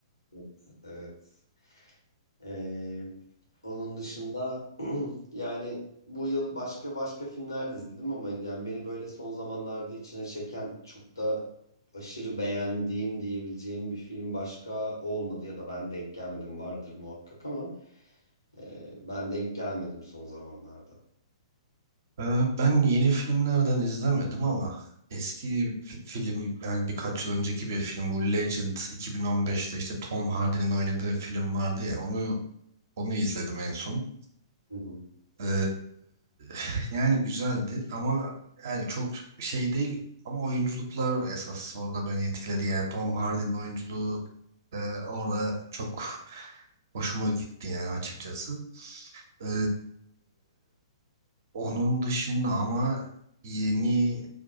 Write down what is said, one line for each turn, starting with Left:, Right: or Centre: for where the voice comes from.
Left: Evet. Evet. Ee, onun dışında <clears throat> yani bu yıl başka başka filmler de izledim ama yani beni böyle son zamanlarda içine çeken çok da aşırı beğendiğim diyebileceğim bir film başka olmadı ya da ben denk gelmedim vardır muhakkak ama ee, ben denk gelmedim son zamanlarda.
Right: Ee, Ben yeni filmlerden izlemedim ama eski f- film yani birkaç yıl önceki bir film bu Legend 2015'te işte Tom Hardy'nin oynadığı film vardı ya onu onu izledim en son.
Left: Hı hı.
Right: Ee, <laughs> yani güzeldi ama yani çok şey değil ama oyunculuklar esas orada beni etkiledi yani Tom Hardy'nin oyunculuğu e, orada çok hoşuma gitti yani açıkçası. Ee, Onun dışında ama yeni